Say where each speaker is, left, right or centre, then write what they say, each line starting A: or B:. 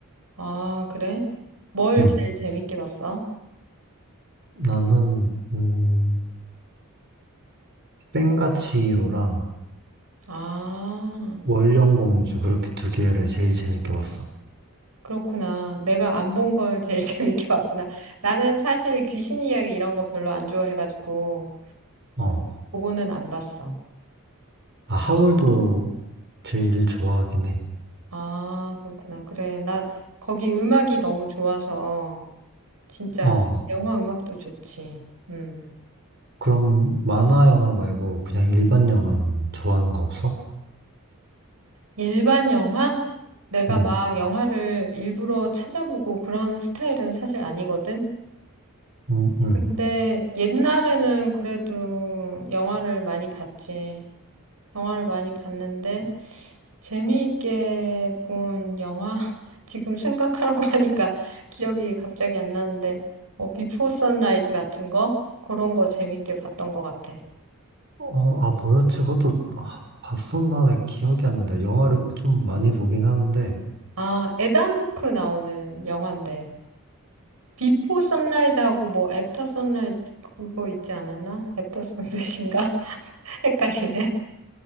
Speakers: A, on the right; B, on the right.
A: 아, 그래? 뭘
B: 음,
A: 제일 재밌게 봤어?
B: 나는, 음, 센가치로랑
A: 아.
B: 월령공주 그렇게 두 개를 제일 재밌게 봤어.
A: 그렇구나. 내가 안 본 걸 제일 <laughs> 재밌게 봤구나. 나는 사실 귀신 이야기 이런 거 별로 안 좋아해가지고
B: 어,
A: 그거는 안 봤어.
B: 아, 하울도 제일 좋아하긴 해.
A: 아, 그렇구나. 그래. 나 거기 음악이 너무 좋아서 진짜
B: 어,
A: 영화 음악도 좋지. 음.
B: 그럼 만화 영화 말고 그냥 일반 영화는 좋아하는 거 없어?
A: 일반 영화? 내가
B: 응,
A: 막 영화를 일부러 찾아보고 그런 스타일은 사실 아니거든.
B: 응, 응.
A: 근데 옛날에는 그래도 영화를 많이 봤지. 영화를 많이 봤는데 재미있게 본 영화 <laughs> 지금 생각하라고 하니까 기억이 갑자기 안 나는데 뭐 비포 선라이즈 같은 거 그런 거 재미있게 봤던 것 같아.
B: 어, 아, 뭐였지? 그것도 아, 봤었나에 기억이 안 나는데 영화를 좀 많이 보긴 하는데
A: 아, 에단 호크 나오는 영화인데 비포 선라이즈하고 뭐 애프터 선라이즈 그거 있지 않았나? 애프터 선셋인가? <laughs> 헷갈리네.